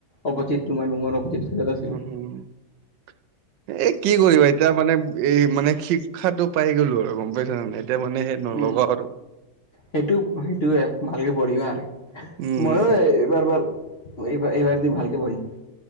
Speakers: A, on the left; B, on the right.
A: অপজিত তোমাৰ ৰুমৰ অপজিত চাইডত আছিলো।
B: এই কি কৰিবা এতিয়া মানে এই মানে শিক্ষাটো পাই গ'লো আৰু গম পাইছা নে? মানে এতিয়া মানে সেই নলগা
A: উম,
B: আৰু।
A: সেইটো সেইটো‌ৱে ভালকে পঢ়িবা আৰু,
B: উম,
A: ময়ো এইবাৰ ভাল এইবা এইবাৰ দিম ভালকে পঢ়িম।